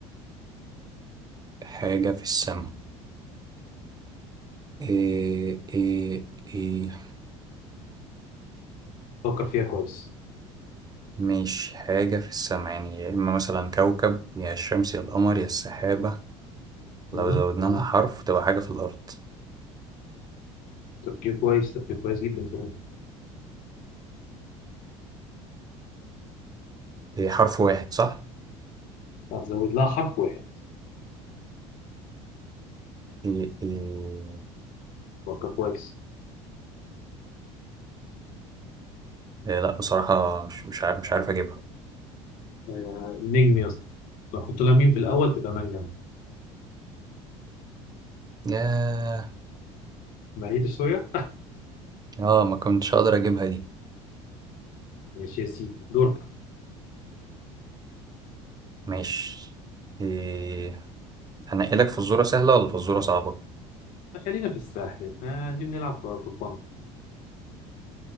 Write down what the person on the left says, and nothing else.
فكر فيها كويس
مهم.
مهم.
تفكير كويس تفكير كويس جدا كمان
هتزود لها حرف واحد
فكر كويس
آه، نجم يا اسطى لو حط لها مين في الاول تبقى منجم
بعيدة شوية
ماشي يا سيدي دورك
خلينا في الساحل آه نيجي نلعب في في الفن